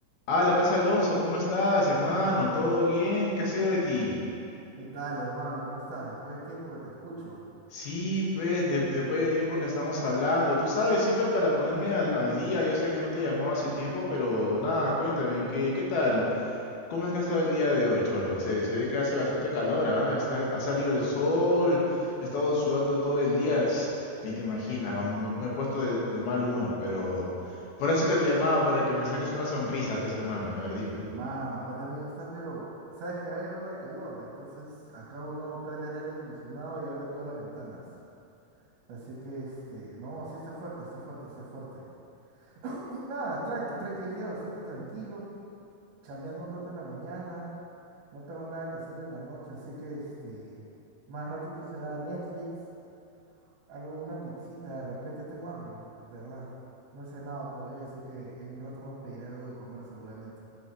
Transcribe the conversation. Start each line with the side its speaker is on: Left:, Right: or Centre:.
Left: Ah, la pez Alonso, ¿cómo estás, hermano? ¿Todo bien? ¿Qué ha sido de ti?
Right: ¿Qué tal, hermano? ¿Cómo estás? Después de tiempo que te escucho.
Left: Sí, pues, de- después de tiempo que estamos hablando. Tú sabes, siempre para ponerme al, al día, yo sé que no te llamaba hace tiempo, pero nada, cuéntame, ¿qué, qué tal? ¿Cómo es que ha estado el día de hoy, Cholo? Se, se ve que hace bastante calor, ¿ah? Está, ha salido el sol, he estado sudando todo el día. Ts, Ni te imaginas, aún me, me he puesto de, de mal humor, pero... Por eso es que te llamaba, para que me saques una sonrisa, pues, hermano. A ver, dime.
Right: Mi hermano, acá también está, pero sabes que hay ola de calor, entonces acá uno prende el aire acondicionado y abre todas las ventanas. Así que este, no, sí está fuerte, está fuerte, está fuerte. <clears throat> Nada, tranqui, tranqui, el día bastante tranquilo, chambeando un rato en la mañana, no tengo nada que hacer en la noche, así que este, más ratito será Netflix, algo, una pizzita, de repente tengo hambre, man, de verdad. No he cenado todavía, así que en un rato más pediré algo de comer seguramente.